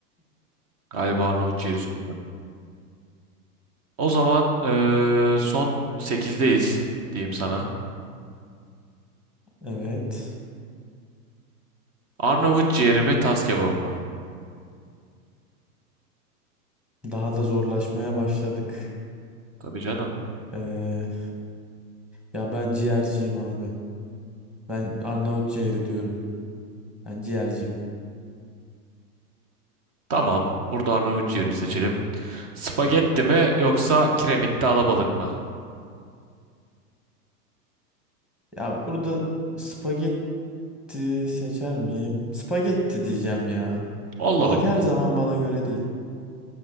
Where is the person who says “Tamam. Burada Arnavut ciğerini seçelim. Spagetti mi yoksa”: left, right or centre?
Right